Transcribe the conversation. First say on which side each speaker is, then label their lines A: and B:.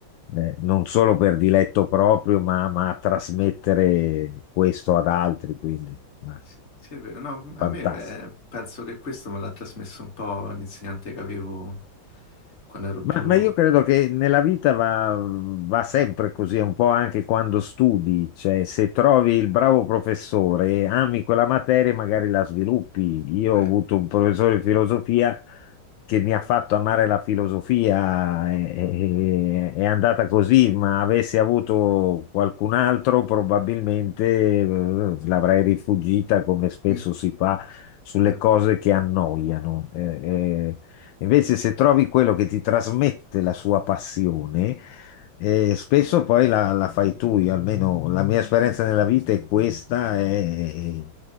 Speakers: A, on the left; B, on the left.
A: eh, non solo per diletto proprio, ma, ma a trasmettere questo ad altri, quindi, ma
B: Sì, sì, è vero, no, a
A: fantastico.
B: me eh, penso che questo me l'ha trasmesso un po' l'insegnante che avevo quando ero più...
A: Ma, ma io credo che nella vita va, va sempre così, un po' anche quando studi, cioè se trovi il bravo professore e ami quella materia, magari la sviluppi. Io
B: vero.
A: ho avuto un professore di filosofia che mi ha fatto amare la filosofia, e- e- e- è andata così, ma avessi avuto qualcun altro probabilmente eh, l'avrei rifuggita come spesso
B: <laughs>
A: si fa sulle
B: Eh,
A: cose che annoiano. Eh, eh, Invece, se trovi quello che ti trasmette la sua passione, eh, spesso poi la, la fai tu. Io, almeno la mia esperienza nella vita è questa, e-